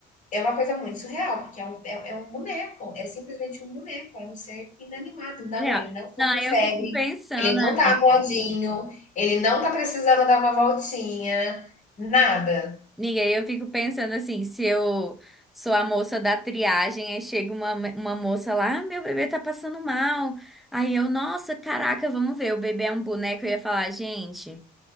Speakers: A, on the left; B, in the centre.
A: é uma coisa muito surreal, porque é um é é um boneco, é simplesmente um boneco, é um ser inanimado. Não,
B: Real.
A: ele não tá
B: Não,
A: com
B: aí
A: febre,
B: eu fico pensando,
A: ele não
B: amiga.
A: tá amuadinho, ele não tá precisando dar uma voltinha, nada.
B: E eu fico pensando assim, se eu sou a moça da triagem, aí chega uma, uma moça lá, ah, meu bebê tá passando mal. Aí eu, nossa, caraca, vamos ver, o bebê é um boneco. Eu ia falar, gente,